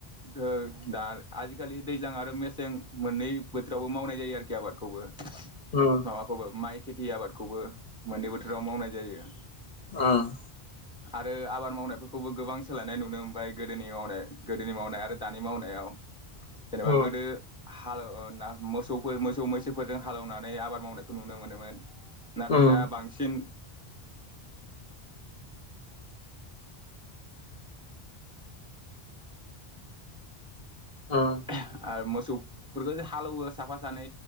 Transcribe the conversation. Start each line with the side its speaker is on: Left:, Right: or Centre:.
Centre: गोर दार आजिखालि दैज्लां आरो मेसें मोननै बोथोरावबो मावनाय जायो आरोखि आबादखौबो।
Left: उम उम
Centre: माबाखौबो माइ खेथि आबादखौबो। मोननै बोथोराव मावनाय जायो
Left: उम
Centre: आरो आबाद मावनाय फ फोरखौबो गोबां सोलायनाय नुनो मोनबाय गोदोनि मावनाय गोदोनि मावनाय आरो दानि मावनायाव। जेनेबा
Left: उम
Centre: गोदो <unintelligible> नाथाय
Left: उम
Centre: दा बांसिन
Left: उम
Centre: <unintelligible> <unintelligible> सौ फोरखो जो हालौवो साफा सानै